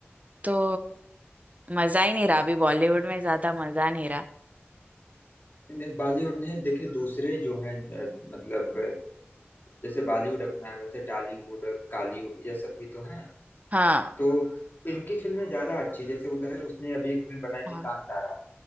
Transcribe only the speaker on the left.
नहीं, बॉलीवुड ने देखे दूसरे जो हैं अ, मतलब अ, जैसे बॉलीवुड अपना है वैसे टॉलीवुड और कॉलीवुड ये सब भी तो हैं
तो इनकी फिल्में ज्यादा अच्छी है। जैसे उधर उसने अभी एक फिल्म बनाई
थी कांतारा